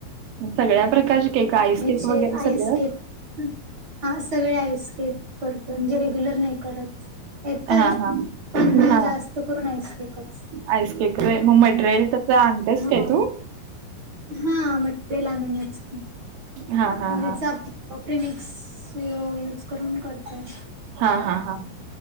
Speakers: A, on the right (about 80°); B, on the right (about 55°).
A: सगळ्या प्रकारचे केक आईस
B: हिचे
A: केक वगैरे सगळं
B: आईस केक हा सगळे आईस केक. म्हणजे रेग्युलर नाही करत. येतय
A: हा हा.
B: पण
A: हा
B: जास्त करूनच <unintelligible> एकच..
A: आईस केकरेर मग मट्रेल तसं आणतेस
B: हो.
A: काय तू?
B: हा मटरेल आणण्यातच की.
A: हा हा
B: म्हिच
A: हा
B: आप पीमिक्स यूज करून करतोय.
A: हा, हा, हा